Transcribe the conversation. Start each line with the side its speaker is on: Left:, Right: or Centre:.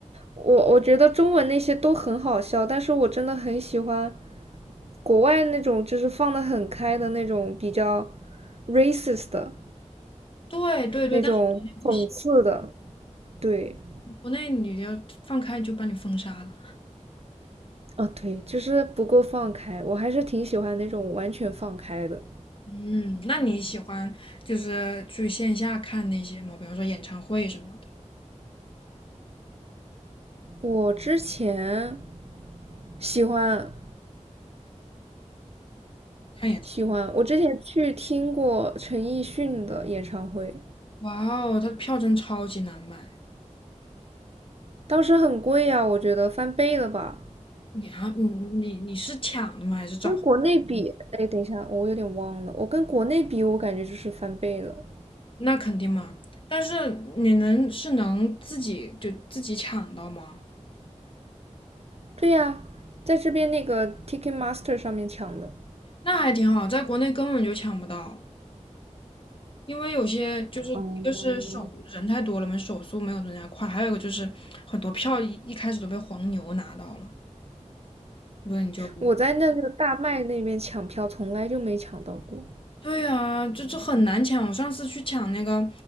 Right: 我我觉得中文那些都很好笑，但是我真的很喜欢国外那种就是放的很开的那种比较 racist 的
Left: 对对对，
Right: 那种讽刺的，
Left: 但是国内不行，
Right: 对，
Left: 国内你要放开就把你封杀了。
Right: 啊对，就是不够放开，我还是挺喜欢那种完全放开的。
Left: 嗯，那你喜欢就是去线下看那些吗？比方说演唱会什么的，
Right: 我之前喜欢
Left: 看演唱会。
Right: 喜欢，我之前去听过陈奕迅的演唱会，
Left: 哇哦，他票真超级难买，
Right: 当时很贵呀，我觉得翻倍了吧。
Left: 你啊，你你你是抢的吗？还是找？
Right: 跟国内比，哎，等一下，我有点忘了。我跟国内比，我感觉就是翻倍了。
Left: 那肯定嘛。但是你能是能自己就自己抢到吗？
Right: 对呀，在这边那个 Ticketmaster 上面抢的，
Left: 那还挺好，在国内根本就抢不到，因为有些就是一个是手人太多了嘛，
Right: 哦，
Left: 手速没有人家快，还有一个就是很多票一一开始都被黄牛拿到了，所以你就
Right: 我在那个大麦那边抢票从来就没抢到过。
Left: 对呀、就这很难抢。我上次去抢那个